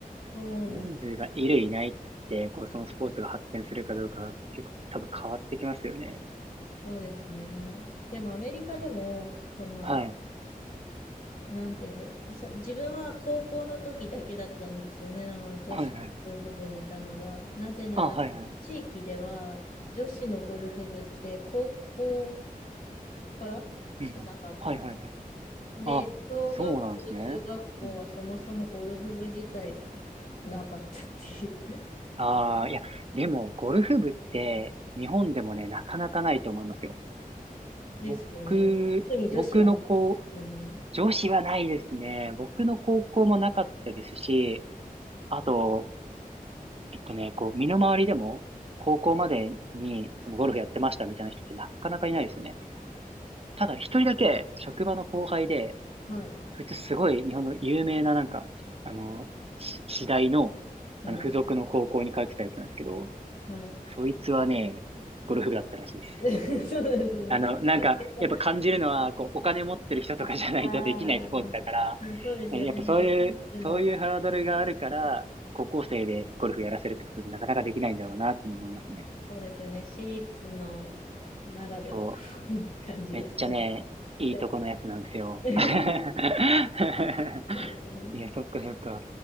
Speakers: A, on the left; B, on the right.
A: そうなんですね。
B: 人数がいる、いないって、こう、そのスポーツが発展するかどうか、結構多分変わってきますよね。
A: そうですね。でもアメリカでも、
B: いやそう
A: その、
B: はい。
A: なんて言うんでしょう。そう、自分は高校の時だけだったんですよね。あの、女子ゴルフ部にいたのが。
B: はいはい。
A: なぜなら、
B: あ、はいはい。
A: 地域では女子のゴルフ部って高校からしかなかったん
B: うんうん。はいはいはい。
A: で、
B: あ、
A: 小学校、
B: そうなんですね。
A: 中学校はそもそもゴルフ部自体がなかったっていう
B: うん。ああ、いや、でも、ゴルフ部って、日本でもね、なかなかないと思いますよ。
A: ですよね。
B: 僕、
A: 特に女子はないですよね、
B: 僕の子
A: そんなに。
B: 上司はないですね。僕の高校もなかったですし、あと、えっとね、こう、身の回りでも、高校までに、そのゴルフやってましたみたいな人ってなかなかいないですよね。ただ、一人だけ、職場の後輩で、
A: はい。
B: そいつすごい日本の有名ななんか、あの、し私大の、
A: はい。
B: あの、付属の高校に通ってたやつなんですけど、
A: はい。
B: そいつはね、ゴルフ部だったらしいです。
A: <laughs> そうですね。
B: あの、なんか、
A: やっ
B: やっぱ感じるのは、こう、お金持ってる人とかじゃないとできないスポーツだから、
A: ぱ、ああ、うん、そうですよね。
B: ねやっぱそういう、
A: なんか私立の、
B: そういうハードルがあるから、高校生でゴルフやらせるってことでなかなかできないんだろうなっていうのを思いますね。
A: そうですよね。私立のならではの
B: そう。
A: <laughs> 感じがします
B: めっちゃね、いいとこのやつなんですよ。
A: しますね。<laughs>
B: <laughs>
A: えー
B: いや、そっかそっか。